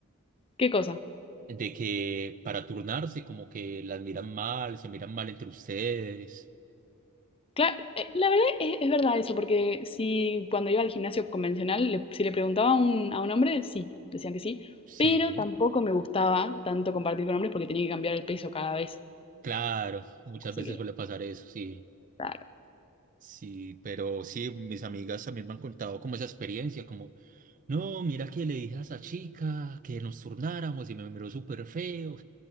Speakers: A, on the left (about 25°); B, on the right (about 35°).
A: ¿Qué cosa?
B: de que para turnarse como que las miran mal, se miran mal entre ustedes.
A: Claro, eh, la verdad es, es verdad eso, porque si cuando iba al gimnasio convencional, le- si le preguntaba a un, a un hombre, sí, decían que sí, pero
B: Sí,
A: tampoco me gustaba tanto compartir con hombres porque tenía que cambiar el peso cada vez.
B: claro, muchas
A: Así
B: veces
A: que,
B: suele pasar eso, sí.
A: claro.
B: Sí, pero sí, mis amigas también me han contado como esa experiencia, como, no, mira que le dije a esa chica que nos turnáramos y me miró súper feo.